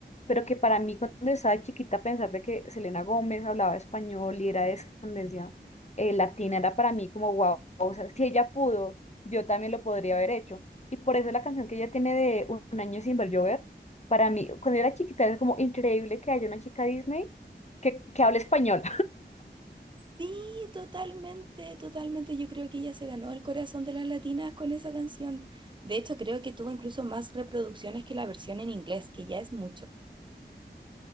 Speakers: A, on the left; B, on the right.
A: pero que para mí cuando estaba chiquita pensar de que Selena Gómez hablaba español y era de descendencia eh, latina era para mí como wow, o sea, si ella pudo, yo también lo podría haber hecho. Y por eso la canción que ella tiene de Un un año sin ver llover, para mí, cuando yo era chiquita era como increíble que haya una chica Disney que, que hable español.
B: Sí, totalmente, totalmente. Yo creo que ella se ganó el corazón de las latinas con esa canción. De hecho, creo que tuvo incluso más reproducciones que la versión en inglés, que ya es mucho.